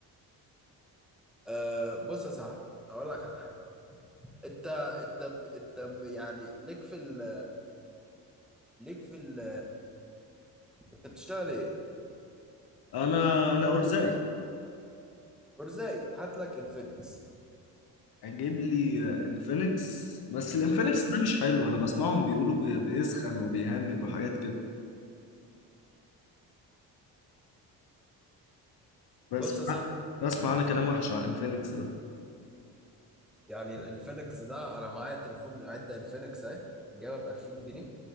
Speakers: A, in the centre; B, on the left (about 65°).
A: أه بص يا صاحبي هقول لك على حاجة انت انت انت يعني ليك في ال ليك في ال انت بتشتغل ايه؟
B: انا انا ارزقي
A: ورزاي هات لك انفينكس
B: اجيب لي انفينكس بس الانفينكس
A: اه
B: ده مش حلو انا بسمعهم بيقولوا بي- بيسخن وبيهنج وحاجات كده بس
A: بص يا صاحبي
B: بسمع انا كلام وحش على الانفينكس ده
A: يعني الانفينكس ده انا معايا تليفون عده انفينكس اهي جايبها ب 2000 جنيه